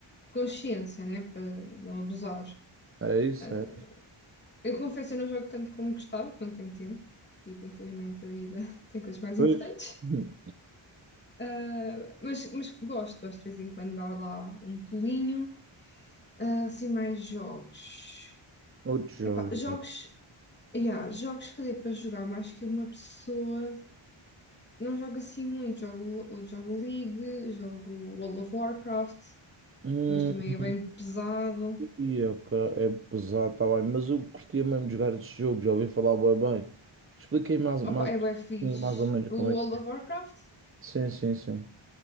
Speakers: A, on the left; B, on the right.
A: de consciência, né? Para não abusar.
B: É É isso,
A: Ah,
B: é.
A: Eu confesso, eu não jogo tanto como gostava, porque não tenho tempo. Digo, infelizmente, a vida <laughs> tem coisas mais
B: Pois.
A: importantes.
B: <laughs> Hum,
A: Ah, mas, mas gosto, gosto de vez em quando dar lá um pulinho. Ah, assim, mais jogos.
B: Outros jogos.
A: Epá, jogos. Yeah, jogos que dê para jogar mais que uma pessoa. Não jogo assim muito. Jogo, jogo League, jogo World of Warcraft,
B: Hum,
A: mas também é bem pesado.
B: e, ok, é pesado, tá bem, mas eu curtia mesmo de jogar este jogo, já ouvi falar bué bem. Expliquei mais, mais,
A: Opa, é bem fixe.
B: mais ou menos como
A: O World
B: é que...
A: of Warcraft,
B: Sim, sim, sim.